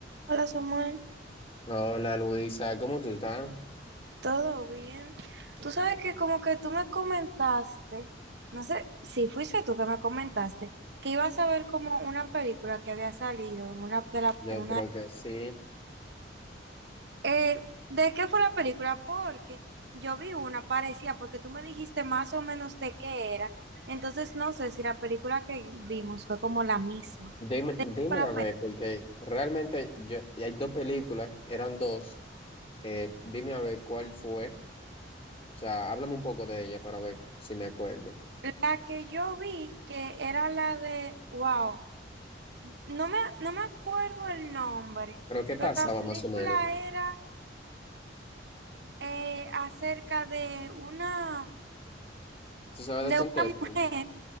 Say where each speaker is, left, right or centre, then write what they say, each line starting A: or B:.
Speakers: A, on the right; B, on the left.
A: Hola Samuel,
B: Hola Luisa, ¿cómo tú estás?
A: ¿todo bien? Tú sabes que como que tú me comentaste, no sé si fuiste tú que me comentaste, que ibas a ver como una película que había salido en una de la,
B: Yo
A: en una
B: creo que sí.
A: eh, ¿de qué fue la película? Porque yo vi una parecida, porque tú me dijiste más o menos de qué era, entonces no sé si la película que vimos fue como la misma.
B: Dime,
A: ¿De
B: dime
A: qué fue la
B: a
A: película?
B: ver, porque realmente yo, hay dos películas, eran dos. Eh, dime a ver cuál fue. O sea, háblame un poco de ella para ver si me acuerdo.
A: La que yo vi, que era la de, wow. No me, no me acuerdo el nombre,
B: Pero ¿qué pasaba
A: pero la película
B: más o menos?
A: era eh, acerca de una,
B: ¿Tú sabes
A: de
B: del contexto?
A: una mujer